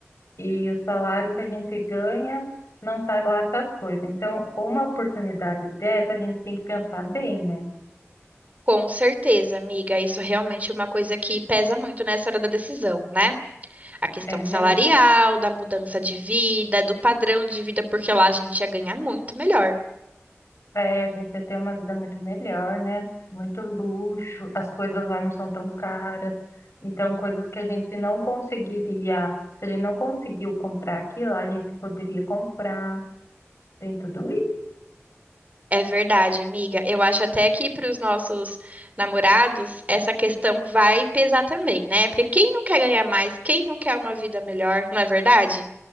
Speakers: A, on the left (about 70°); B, on the right (about 35°).
A: E o salário que a gente ganha não está lá essas coisas. Então, uma oportunidade dessa, a gente tem que pensar bem, né?
B: Com certeza, amiga, isso realmente é uma coisa que pesa muito nessa hora da decisão, né? A questão
A: É
B: salarial,
A: mesmo.
B: da mudança de vida, do padrão de vida, porque lá a gente ia ganhar muito melhor.
A: É, a gente ia ter uma vida muito melhor, né? Muito luxo, as coisas lá não são tão caras. Então, coisas que a gente não conseguiria, se a gente não conseguiu comprar aqui lá, a gente poderia comprar. Tem tudo
B: É verdade, amiga. Eu acho até que para os nossos namorados essa questão vai pesar também, né? Porque quem não quer ganhar mais, quem não quer uma vida melhor, não é verdade?